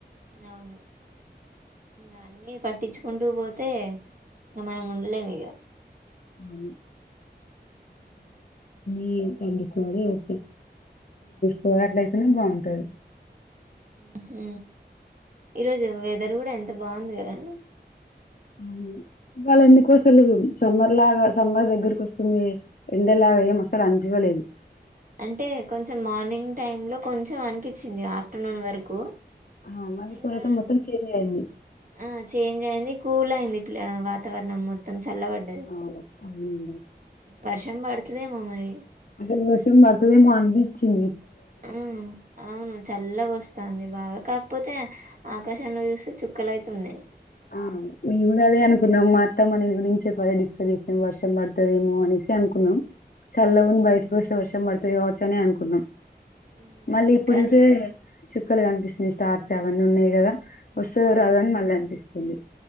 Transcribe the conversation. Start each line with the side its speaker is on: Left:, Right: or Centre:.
Right: అవును ఇంక అన్ని పట్టించుకుంటూ పోతే ఇక మనం ఉండలే మిగ
Left: అవును ఏ <inaudible> వస్తాయ్ కోట్ల అయితేనే బాంటది టె
Right: ఉహు ఈరోజు వెదర్ కూడా ఎంత బాగుంది కదండి
Left: అవును ఇవాళ ఎందుకు అసలు సమ్మర్ లాగా సమ్మర్ దగ్గరకు వస్తుంది ఎండలాగా ఏం అసలు అనిపివ్వలేదు
Right: అంటే కొంచెం మార్నింగ్ టైమ్ లో కొంచెం అనిపిచింది ఆఫ్టర్నూన్ వరకు
Left: ఆ మల్లి
Right: ఇంగ
Left: తర్వాత మొత్తం చేంజ్ అయింది
Right: ఆ చేంజ్ అయింది కూల్ అయింది పీలే వాతావరణం మొత్తం చల్లపడ్డది
Left: అవును అవునండి
Right: వర్షం పడుతదేమో మరి
Left: అసలు వర్షం పడ్తదేమో అనిపిచ్చింది
Right: ఆ అవును చల్లగా వస్తంది బాగా కాకపోతే ఆకాశంలో చూస్తే చు క్కలు లైతేవున్నయి
Left: ఆ మేము గూడ అదే అనుకున్నాం మా అత్తమ దీని గురించె అదే డిస్కస్ చేసినం వర్షం పడుతదేమో అనేసి అనుకున్నాం చల్లగుంది
Right: ఉమ్
Left: బయటి కోస్తే వర్ష పడు తేకావచ్చనే అనుకున్న
Right: ఉమ్
Left: మళ్ళీ ఇప్పుడుకే
Right: కానీ
Left: చెప్ చుక్కలు కనిపిస్తునయి స్టార్స్ అవన్ని ఉన్నయి కదా వస్తదో
Right: అవును
Left: రాదొ అని మల్ల అనిపి చందే